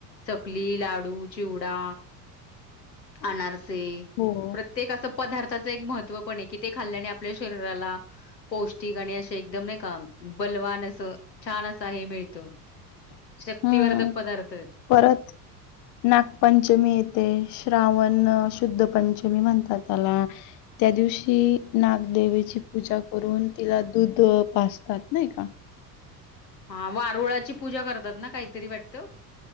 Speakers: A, on the left; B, on the left.
A: चकली, लाडू, चिवडा अनारसे
B: हो.
A: प्रत्येक असं पदार्थाचं एक महत्त्व पण आहे की, ते खाल्ल्याने आपल्या शरीराला पौष्टिक आणि असे एकदम नाही का बलवान अस छान असं हे मिळत, शक्तिवर्धक
B: हं.
A: पदार्थ आहेत
B: परत नागपंचमी येते, श्रावण शुद्ध पंचमी म्हणतात त्याला, त्यादिवशी नागदेवीची पूजा करून तिला दूध पाजतात नाही का?
A: हा वारुळाची पूजा करतात ना, काहीतरी वाटत?